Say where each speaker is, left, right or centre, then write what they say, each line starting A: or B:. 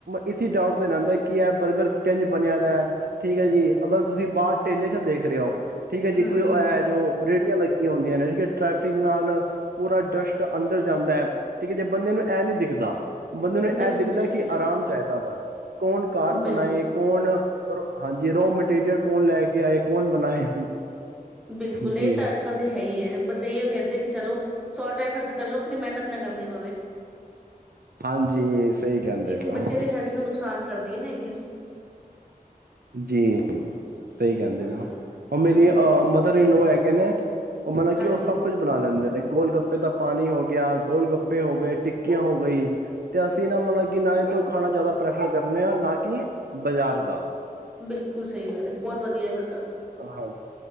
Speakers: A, on the right; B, in the centre.
A: ਇਸ ਡਾਊਟ ਤੇ ਰਹਿੰਦਾ ਕਿ ਇਹ ਬਰਗਰ ਕਿੰਝ ਬਣਿਆ ਦਾ ਹੈ ਠੀਕ ਹੈ ਜੀ ਅਗਰ ਤੁਸੀਂ ਬਾਹਰ ਢੇਲੇ ਚ ਦੇਖ ਰਹੇ ਹੋ ਠੀਕ ਹੈ ਜੀ
B: ਹੂੰ
A: ਕੋਈ
B: ਹੂੰ
A: ਇਹ ਜੋ ਰੇਹੜੀਆਂ ਲੱਗ ਕੀ ਹੁੰਦੀਆਂ ਨੇ ਜੀ ਕੇ, ਟ੍ਰੈਫਿਕ ਨਾਲ ਪੂਰਾ ਡਸਟ ਅੰਦਰ ਜਾਂਦਾ ਹੈ, ਠੀਕ ਹੈ, ਜੇ ਬੰਦੇ ਨੂੰ ਐ ਨੀ ਦਿਖਦਾ। ਬੰਦੇ ਨੂੰ ਇਹ
B: ਬਿਲਕੁਲ
A: ਦਿਖਦਾ,
B: ਸਹੀ
A: ਕਿ
B: ਗੱਲ ਹੈ
A: ਆਰਾਮ ਚਾਹੀਦਾ ਬਸ, ਕੌਣ ਕਾਰ ਬਣਾਏ
B: ਬਿਲਕੁਲ
A: ਕੌਣ ਹਾਂਜੀ, ਰੋਮੈਟੀਰੀਅਲ ਕੌਣ ਲੈ ਕੇ ਆਏ, ਕੌਣ ਬਣਾਏ।
B: ਬਿਲਕੁਲ
A: ਜੀ
B: ਇਹ ਤਾਂ ਅੱਜ ਕੱਲ ਦੀ ਹੈ ਹੀ ਹੈ, ਬਟ ਏਇਕ ਹੈ ਕਿ ਚਲੋ ਸੌ ਰੁਪਇਆ ਖਰਚ ਕਰਲਓ, ਫਿਰ ਮੇਹਨਤ ਨਾ ਕਰਨੀ ਪਵੇ।
A: ਹਾਂਜੀ ਸਹੀ ਕਹਿੰਦੇ
B: ਲੇਕਿਨ
A: ਪਏ
B: ਬੱਚਿਆਂ
A: ਹੋ
B: ਦੀ ਹੈਲਥ ਨੂੰ ਨੁਕਸਾਨ ਕਰਦੀ ਹੈ ਨਾ ਇਹ ਚੀਜ਼
A: ਜੀ ਸਹੀ ਕਹਿੰਦੇ ਪੇ
B: ਹਾਂ
A: ਔ, ਔ ਮੇਰੀ
B: ਹਾਂਜੀ
A: ਅਹਮਤ ਇੱਧਰ ਕੀਨੁ ਹੈਗੇ ਨੇ ਔ ਮਤਲਬ
B: ਹਾਂਜੀ
A: ਕਿ ਉਹ ਸਭ ਕੁਝ ਬਣਾ ਲੈਂਦੇ ਨੇ, ਗੋਲ ਗੱਪੇ ਦਾ ਪਾਣੀ, ਹੋਰ ਆ ਗੋਲ ਗੱਪੇ ਹੋ ਗਏ, ਟਿੱਕੀਆਂ ਹੋ ਗਈ, ਤੇ ਅਸੀਂ ਨਾ ਮਤਲਬ ਕਿ ਇੰਨਾ ਤੋਂ ਖਾਣਾ ਜ਼ਿਆਦਾ ਪ੍ਰੈਫਰ ਕਰਨੇ ਆਂ, ਨਾ ਕੀ ਬਜ਼ਾਰ ਦਾ।
B: ਬਿਲਕੁਲ ਸਹੀ ਗੱਲ ਹੈ। ਬਹੁਤ ਵਧੀਆ ਫਿਰ ਤਾਂ
A: ਆ ਹਾਂ